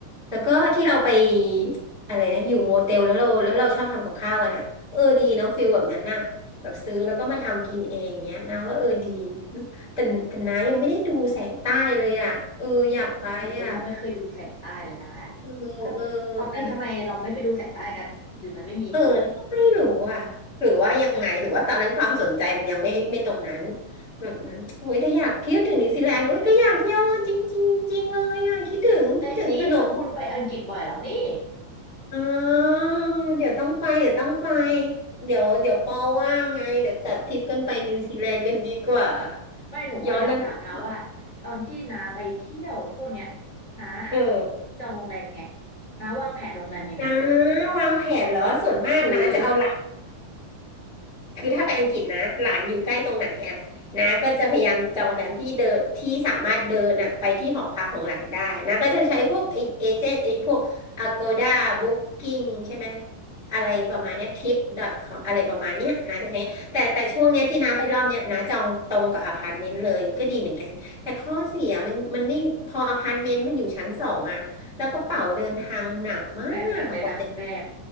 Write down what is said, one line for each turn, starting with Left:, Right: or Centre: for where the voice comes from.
Centre: แล้วก็ที่เราไปอะไรนะอยู่โมเตลแล้วเราแล้วเราชอบทำกับข้าวกันอ่ะเออดีเนาะฟิลแบบนั้นน่ะแบบซื้อแล้วก็มาทำกินเองเงี้ยนะว่าเออดีแต่แต่น้ายังไม่ได้ดูแสงใต้เลยอ่ะเอออยากไปอ่ะ
Left: หนูก็ยังไม่เคยดูแสงใต้เลยนะหนูก็แบบตอนนั้นทำไมเราไม่ไปดูแสงใต้กันหรือมันไม่มี
Centre: เออเออ เออก็ไม่รู้อ่ะหรือว่ายังไงหรือว่าตอนนั้นความสนใจมันยังไม่ไม่ตรงนั้นแบบนั้นโอ้ยถ้าอยากคิดถึงนิวซีแลนด์โอ้ยก็อยากเที่ยวจริงจริงจริงเลยอ่ะคิดถึงคิดถึงขนม
Left: ไปสิก็คุณไปอังกฤษบ่อยแล้วนี่
Centre: อ๋อเดี๋ยวต้องไปเดี๋ยวต้องไปเดี๋ยวเดี๋ยวปอว่างไงเดี๋ยวจัดทริปกันไปนิวซีแลนด์กันดีกว่า
Left: ไม่หนูอะอยากถามนาว่าตอนที่นาไปเที่ยวพวกเนี้ย
Centre: ย้อนระลึก
Left: นา
Centre: เออ
Left: จองโรงแรมยังไงนาวางแผนโรงแรมยังไง
Centre: นะวางแผนเหรอส่วนมากนะจะเอาหลัก
Left: หรือ
Centre: คือถ้าไปอังกฤษนะหลานอยู่ใกล้ตรงไหนอะนาก็จะพยายามจองแรมที่เดินที่สามารถเดินอะไปที่หอพักของหลานได้นาก็จะใช้พวกไอเอเจนต์ไอพวก Agoda Booking ใช่ไหมอะไรประมาณเนี้ย tip.com อทคอมอะไรประมาณเนี้ยนาจะใช้แต่แต่ช่วงเนี้ยที่นาไปรอบเนี้ยนาจองตรงกับอพาร์ตเมนต์เลยก็ดีเหมือนกันแต่ข้อเสียมันมันไม่พออพาร์ตเมนต์มันอยู่ชั้นสองอะแล้วกระเป๋าเดินทางมันหนักมากอะกว่าจะ
Left: แบกหนักเลยนะแบก